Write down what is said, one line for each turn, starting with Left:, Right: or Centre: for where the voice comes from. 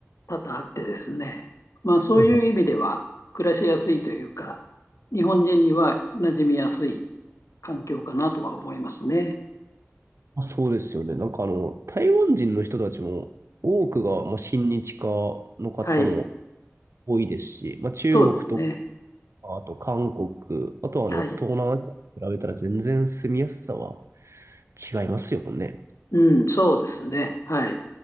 Left: 多々あってですね、まあ、そういう意味では暮らしやすいというか、
Right: はいはい。
Left: 日本人には馴染みやすい環境かなとは思いますね。
Right: あ、そうですよね。なんかあの、台湾人の人たちも多くが、まあ、親日家の方も
Left: はい。
Right: 多いですし、まあ、中国とか、
Left: そうですね。
Right: あと韓国、あとはあの東南アジアと比べたら全然住みやすさは
Left: はい。
Right: 違いますよね。
Left: うん、そうですね。はい。